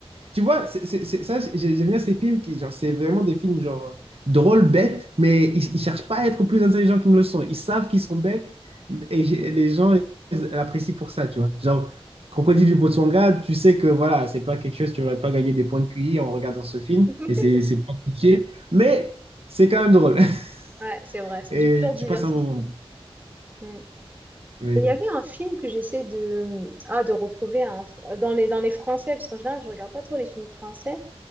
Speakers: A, on the right (about 70°); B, on the right (about 15°).
A: Tu vois, c'est, c'est- c'est- ça, j'ai- j'aime bien ces films qui, genre, c'est vraiment des films, genre, euh, drôles, bêtes, mais ils, ils cherchent pas à être plus intelligents qu'ils ne le sont. Ils savent qu'ils sont bêtes, et j'ai- les gens ils apprécient pour ça, tu vois. Genre, Crocodile du Botswana, tu sais que, voilà, c'est pas quelque chose, tu vas pas gagner des points de QI en regardant ce film,
B: <laughs>
A: et c'est c'est pas cliché, mais c'est quand même drôle. <laughs>
B: Ouais, c'est vrai, c'est
A: Et
B: du pur divertissement.
A: tu passes un bon moment.
B: Mm.
A: Oui.
B: Et il y avait un film que j'essaie de, ah, de retrouver hein, dans les, dans les français, parce qu'en général, je regarde pas trop les films français.